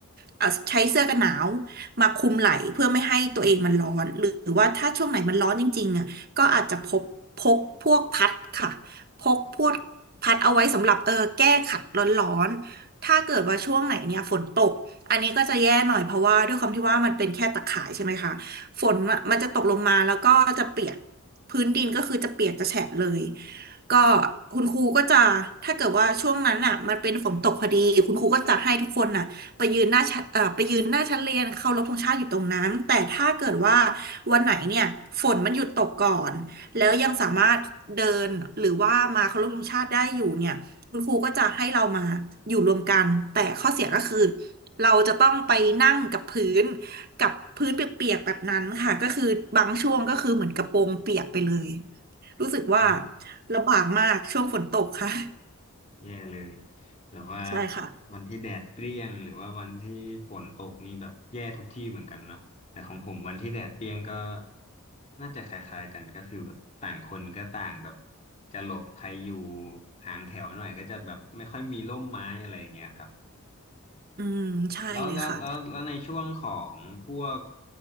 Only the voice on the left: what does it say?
อืม
แย่เลยแบบว่าแบบวันที่แดดเปรี้ยงหรือว่าวันที่ฝนตกนี่แบบแย่ทุกที่เหมือนกันเนาะแต่ของผมวันที่แดดเปรี้ยงก็
น่าจะคล้ายๆกันก็คือแบบต่างคนก็ต่างแบบจะหลบใครอยู่ห่างแถวหน่อยก็จะแบบไม่ค่อยมีร่มไม้อะไรอย่างเงี้ยครับ
แล้วแล้วแล้วแล้วในช่วงของพวก